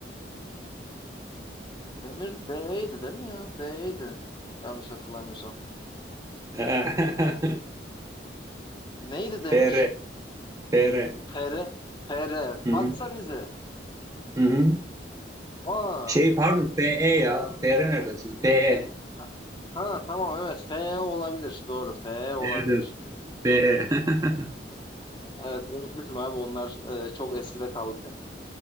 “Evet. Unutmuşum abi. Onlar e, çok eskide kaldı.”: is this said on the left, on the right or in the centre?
Left